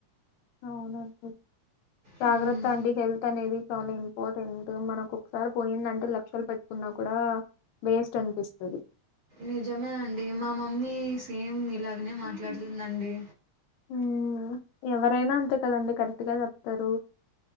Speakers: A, on the left; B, on the right.
A: అవునన్ జాగ్రత్త
B: హ్మ్.
A: అండి హెల్త్ అనేది చాలా ఇం ఇంపార్టెంట్ మనకు ఒకసారి పోయిందంటే లక్షలు పెట్టుకున్నా కూడా వేస్ట్ అనిపిస్తది.
B: నిజమే అండి మా మమ్మీ సేమ్ మీలాగనే మాట్లాడుతుందండి.
A: ఉమ్ ఎవరైనా అంతే కదండి కరె ట్గా చెప్తారు